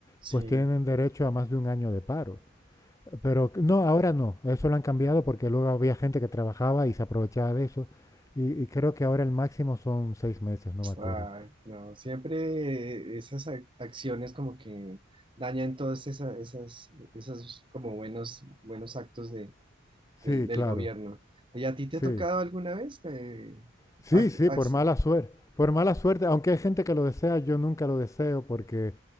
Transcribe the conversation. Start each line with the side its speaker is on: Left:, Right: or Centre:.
Left: pues
Right: Sí.
Left: tienen derecho a más de un año de paro. Pero no, ahora no, eso lo han cambiado porque luego había gente que trabajaba y se aprovechaba de eso. Y, y creo que ahora el máximo son seis meses, no me acuerdo.
Right: Ay, no, siempre esas ac- acciones como que dañan todas esas esas, esos como buenos, buenos actos de,
Left: Sí,
Right: del, del
Left: claro,
Right: gobierno. ¿Y a ti te
Left: sí.
Right: ha tocado alguna vez? eh,
Left: Sí,
Right: ac-
Left: sí,
Right: ac-
Left: por mala suerte. Por mala suerte, aunque hay gente que lo desea, yo nunca lo deseo porque